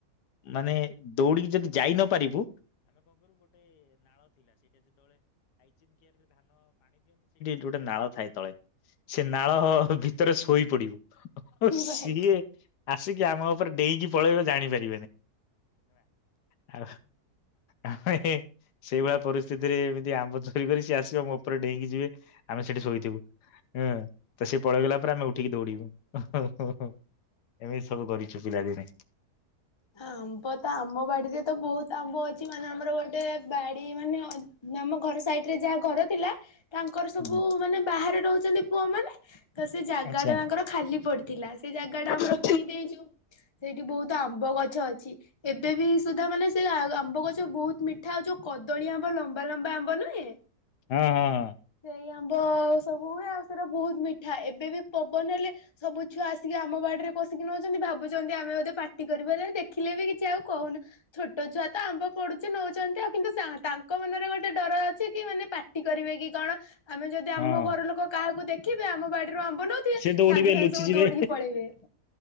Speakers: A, on the left; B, on the left.
A: ମାନେ ଦୌଡିକି ଯଦି ଯାଇ ନ ପାରିବୁ ଗୋଟେ ନାଳ ଥାଏ ତଳେ ସେ ନାଳ ଭିତରେ ଶୋଇ ପଡିବୁ। ସିଏ
B: ଭାଇ।
A: ଆସିକି ଆମ ଉପରେ ଡେଇଁକି ପଳେଇବ ଜାଣିପାର ଆ ଆମେ ସେଇଭଳିଆ ପରିସ୍ଥିତିରେ ଏମିତି ଆମ୍ବ ଚୋରି କରି ସି ଆସିବ ମୋ ଉପରେ ଡେଇଁକି ଯିବେ ଆମେ ସେଠି ଶୋଇଥିବୁ ହୁଁ ତ ସେ ପଳେଇଗଲା ପରେ ଆମେ ଉଠିକି ଦୌଡିବୁ ଏମିତି ସବୁ କରିଛୁ ପିଲାଦିନେ।
B: ଆମ୍ବ ତ ଆମ ବାଡିରେ ତ ବହୁତ ଆମ୍ବ ଅଛି ମାନେ ଆମର ଗୋଟେ ବାଡି ମାନେ ଆମ ଘର ସାଇଡ ରେ ଯାହା ଘର ଥିଲା ତାଙ୍କର ସବୁ
A: ହୁଁ
B: ମାନେ ବାହାରେ ରହୁଛି ଛନ୍ତି ପୁଅମାନେ ତ ସେ ଜାଗା
A: ଆଚ୍ଛା।
B: ଟା ତାଙ୍କର ଖାଲି ପଡିଥିଲା ସେ ଜାଗା ଟା ଆମର
A: ହୁଁ,
B: କିଣି ଦେଇଛୁ ସେଇଠି ବହୁତ ଆମ୍ବ ବହୁ ଆଛା ଅଛି ଏବେ ବି ସୁଦ୍ଧା ମାନେ ସେ ଆମ୍ବ ଗଛ ବହୁତ ମିଠା ଆଉ ଯୋଉ କଦଳୀ ଆମ୍ବ ଲମ୍ବା ଲମ୍ବା ଆମ୍ବ ନୁହେଁ
A: ହଁ ହଁ ହ
B: ଏଇ ଆମ୍ବ ସବୁ ହୁଏ ଆଉ ସେଟା ବହୁତ ମିଠା ଏବେ ବି ପବନ ହେଲେ ସବୁ ଛୁଆ ଆସିକି ଆମ ବାଡିରେ ପଷିକି ନେଉଛନ୍ତି ଭାବୁଛନ୍ତି ଆମେ ବୋଧେ ପାଟି କରିବୁ ଆରେ ଦେ ଦେଖିଲେ ବି କିଛି ଆଉ କହୁନୁ ଛୋଟ ଛୁଆ ତ ଆମ୍ବ ପଡୁଛି ନେଉଛନ୍ତି। ଆଉ କିନ୍ତୁ ତାଙ୍କ ମନରେ ଗୋଟେ ଡର ଅଛି କି ମାନେ ପାଟି କରିବେ କି କଣ ଆମେ ଯଦି ଆମ
A: ହଁ
B: ଘର ଲୋକ କାହାକୁ ଦେଖ କେବେ ଆମ ବାଡିରେ ଆମ୍ବ ନଉଥିବେ
A: ସେ ଦୌଡିବେ
B: ସାଙ୍ଗେ ସାଙ୍ଗେ
A: ଲୁଚି
B: ସବୁ
A: ଯିବେ।
B: ଦୌଡିକି ପଳେଇବେ।